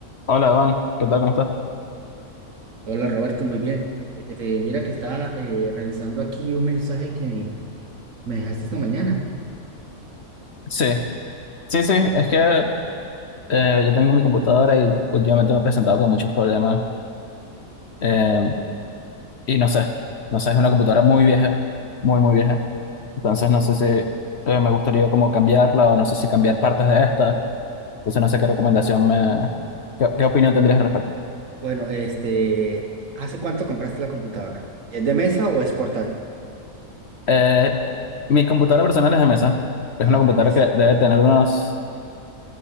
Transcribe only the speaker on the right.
Hola Roberto, muy bien. Este, mira que estaba eh, revisando aquí un mensaje que me dejaste esta mañana.
Bueno, este, ¿hace cuánto compraste la computadora? ¿Es de mesa o es portátil?
Ajá,
de mesa.